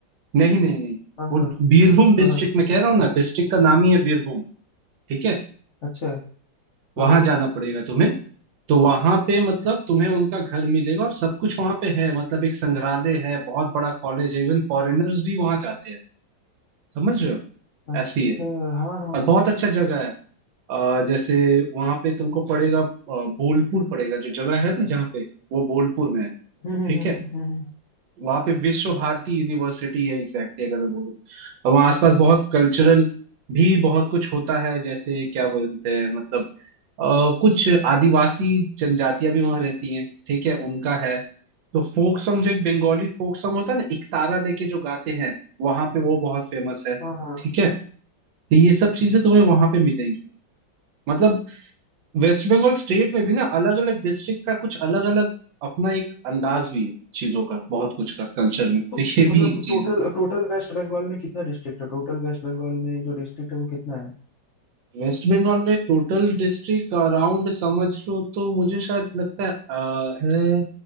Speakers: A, on the right; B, on the left.
A: नहीं नहीं नहीं
B: हाँ
A: वो
B: हाँ
A: बीरभूम डिस्ट्रिक्ट
B: हाँ हाँ
A: में कह रहा हूँ ना डिस्ट्रिक्ट का नाम ही है बीरभूम ठीक है
B: अच्छा हाँ
A: वहां
B: हाँ
A: जाना पड़ेगा तुम्हें तो वहां पे मतलब तुम्हें उनका घर मिलेगा और सब कुछ वहां पे है मतलब एक संग्रहालय है बहुत बड़ा कॉलेज है इवन फॉरेनर्स भी वहां जाते हैं समझ रहे हो
B: अच्छा
A: ऐसी है
B: हाँ हाँ
A: और बहुत अच्छा जगह है अ, जैसे वहां पे तुमको पड़ेगा अ, बोलपुर पड़ेगा जो जगह है ना जहाँ पे वो बोलपुर में है
B: हम्म हम्म
A: ठीक
B: हम्म
A: है
B: हम्म हम्म, हम्म।
A: वहां पे विश्व भारती यूनिवर्सिटी है एग्जैक्टली अगर मैं बोलूँ और वहाँ आसपास बहुत कल्चरल भी बहुत कुछ होता है जैसे क्या बोलते हैं मतलब अ, कुछ आदिवासी जनजातियां भी वहां रहती हैं ठीक है उनका है तो फोक सॉन्ग जो एक बंगाली फोक सॉन्ग होता है ना इकतारा लेके जो गाते हैं वहां पे वो बहुत फेमस है
B: हाँ हाँ
A: ठीक है तो ये सब चीजें तुम्हें वहां पे मिलेंगी मतलब वेस्ट बंगाल स्टेट में भी ना अलग अलग डिस्ट्रिक्ट का कुछ अलग अलग अपना एक अंदाज भी है चीजों का बहुत कुछ का कल्चर में तो
B: तो
A: ये
B: मतलब
A: भी एक चीज
B: टोटल
A: है
B: टोटल वेस्ट बंगाल में कितना डिस्ट्रिक्ट है टोटल वेस्ट बंगाल में जो डिस्ट्रिक्ट है वो कितना है
A: वेस्ट बंगाल में टोटल डिस्ट्रिक्ट अराउंड समझ लो तो मुझे शायद लगता है, अ, है